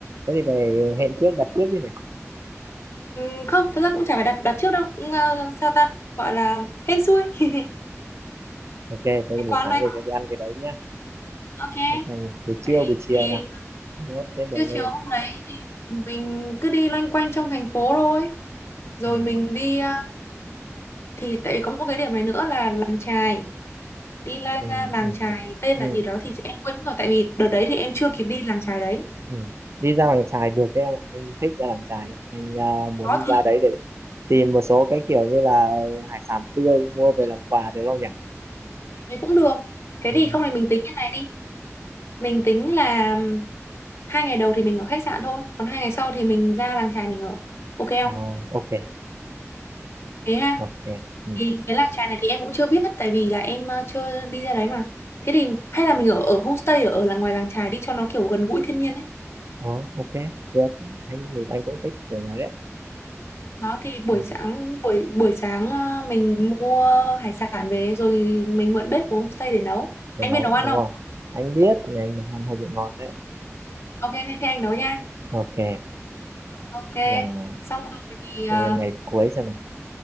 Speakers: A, on the right; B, on the left.
A: Thế thì về hẹn trước, đặt trước chứ nhỉ?
B: ừ, không thật ra cũng chả phải đặt đặt trước đâu Ừ, ờ, sao ta gọi là hên xui <laughs>
A: Ok, thế
B: cái
A: thì buổi
B: quán
A: sáng
B: đấy
A: mình sẽ đi ăn cái đấy nhá.
B: ok
A: Thế còn buổi trưa, buổi chiều
B: thì
A: nè. Nốt cái bờ
B: trưa
A: lên.
B: chiều hôm đấy mình cứ đi loanh quanh trong thành phố thôi rồi
A: Ừ,
B: mình đi ờ, thì tại vì có một cái điểm này nữa là làng chài đi la
A: ừ,
B: ra làng
A: ừ,
B: chài tên
A: ừ,
B: là gì đó thì em quên mất rồi tại vì đợt đấy thì em chưa kịp đi làng chài đấy
A: ừ. Đi ra làng chài được đấy em ạ. Anh thích ra làng chài đấy. Anh ờ, muốn
B: đó
A: ra
B: thì
A: đấy để tìm một số cái kiểu như là hải sản tươi mua về làm quà được không nhỉ?
B: thấy cũng được thế
A: Ừ.
B: thì không thì mình tính cái này đi mình tính là hai ngày đầu thì mình ở khách sạn thôi còn hai ngày sau thì mình ra làng chài mình ở ok không
A: Ờ, ok,
B: thế ha
A: ok. Ừ.
B: thì cái làng chài này thì em cũng chưa biết tại vì là em ờ, chưa đi ra đấy mà thế thì hay là mình ở ở homestay ở ở là ngoài làng chài đi cho nó kiểu gần gũi thiên nhiên ấy
A: Ờ, ok, được. Anh thì anh cũng thích kiểu này đấy.
B: đó thì buổi
A: Ừ.
B: sáng buổi buổi sáng ờ, mình mua hải sản về rồi mình mượn bếp của homestay để nấu
A: cái
B: anh
A: nấu
B: biết nấu ăn
A: đúng
B: không
A: không anh biết ngày anh nấu ăn hơi bị ngon đấy
B: ok thế, thế anh nấu nha
A: ok
B: ok
A: là
B: xong rồi thì ờ,
A: lên ngày cuối xem nào